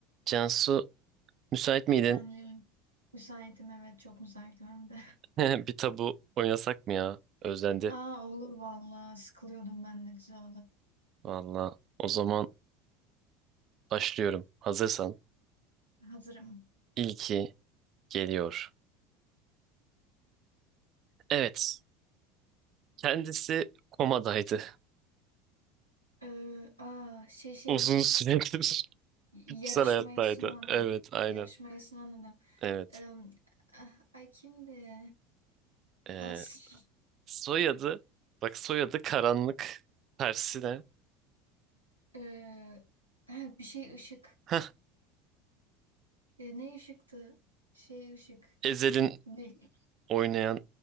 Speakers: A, on the right (about 40°); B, on the right (about 80°).
A: Cansu müsait miydin?
B: Efendim, müsaitim evet çok müsaitim hem de. <laughs>
A: <laughs> Bir tabu oynasak mı ya? Özlendi.
B: Aa olur vallahi sıkılıyordum ben de güzel olur.
A: Valla o zaman başlıyorum. Hazırsan.
B: Hazırım.
A: İlki geliyor. Evet. Kendisi komadaydı.
B: Ee, aa şey
A: <laughs>
B: şey
A: Uzun süredir <laughs>
B: yarışmayı
A: bitkisel hayattaydı.
B: sunan
A: Evet
B: ad-
A: aynen.
B: yarışmayı sunan adam.
A: Evet.
B: Ee, ah, ay kimdi?
A: Ee,
B: Pas.
A: soyadı. Bak soyadı karanlık. Tersine.
B: Ee, ha, bir şey ışık.
A: Hah,
B: Ee, ne ışıktı? Şey ışık.
A: Ezel'in
B: Değil.
A: oynayan